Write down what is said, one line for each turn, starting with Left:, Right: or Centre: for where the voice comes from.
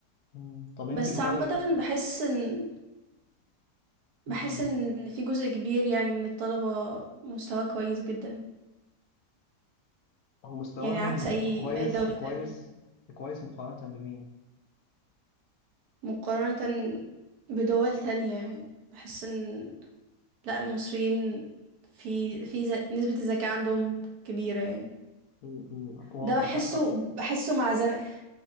Left: مم. طب
Right: بس
Left: أنت في رأيك
Right: عامة بحس إن بحس
Left: مم.
Right: إن في جزء كبير يعني من الطلبة مستواه كويس جدا
Left: هو مستواه
Right: يعني عكس
Left: م-
Right: أي
Left: كويس
Right: أي دولة
Left: كويس
Right: تانية
Left: كويس مقارنة بمين
Right: مقارنة بدول تانية يعني بحس إن لأ المصريين في في ز... نسبة الذكاء عندهم كبيرة يعني
Left: م- م- واضح
Right: ده بحسه
Left: حتى
Right: بحسه مع زم...